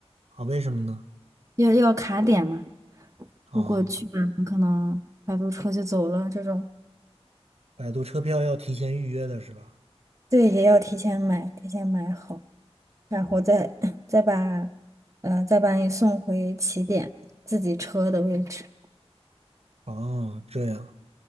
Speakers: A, on the right; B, on the right.
A: 啊？为什么呢？
B: 要要卡点嘛。
A: 啊，
B: 如果去晚了，可能摆渡车就走了这种。
A: 百度车票要提前预约的是吧？
B: 对，也要提前买，提前买好，然后再 <clears throat> 再把，呃，再把你送回起点自己车的位置。
A: 哦，这样，